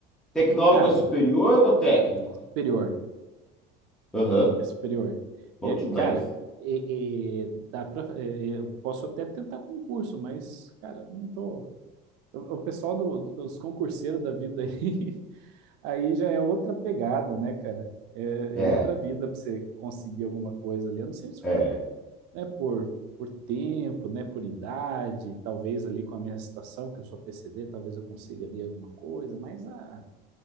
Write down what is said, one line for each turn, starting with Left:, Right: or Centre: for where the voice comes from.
Centre: Tecnólogo
Right: Cara,
Centre: é superior ou técnico?
Right: superior.
Centre: Aham,
Right: É superior.
Centre: bom
Right: E,
Centre: demais.
Right: cara, e- e dá pra, e- eu posso até tentar concurso, mas, cara, não tô. O, o pessoal do- dos concurseiros da vida aí, <laughs> aí já é outra pegada, né, cara? É,
Centre: É,
Right: é outra vida pra você conseguir alguma coisa ali. A não ser se
Centre: é.
Right: for, né, por, por tempo, né, por idade, talvez ali com a minha situação, que eu sou PCD, talvez eu consiga ali alguma coisa, mas ah,